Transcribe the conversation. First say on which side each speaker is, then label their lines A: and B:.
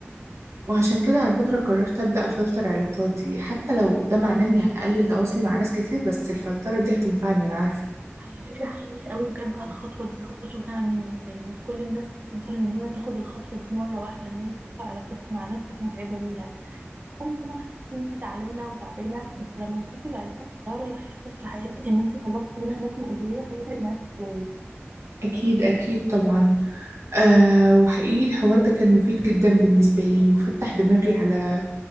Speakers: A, on the right; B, on the right.
A: وعشان كده على فكرة قررت أبدأ أفلتر علاقاتي حتى لو ده معناه إني هقلل تواصلي مع ناس كتير بس الفلترة دي هتنفعني أنا عارفة
B: على فكرة حقيقي قوي بجد على الخطوة دي خطوة شجاعة منك يعني مش كل الناس تقدر ان هي تاخد الخطوة دي مرة واحدة ان هي تقطع علاقتها مع ناس كانت متعبة ليها في الأول طبعا هتحسي ان انت زعلانة وتعبانة بس لما تشوفي بعدها التغير اللي هيحصل في حياتك ان انت خرجتي منها ناس مؤذية هيفرق معاكي ازاي
A: أكيد أكيد طبعا أه وحقيقي الحوار ده كان مفيد جدا بالنسبة لي وفتح دماغي على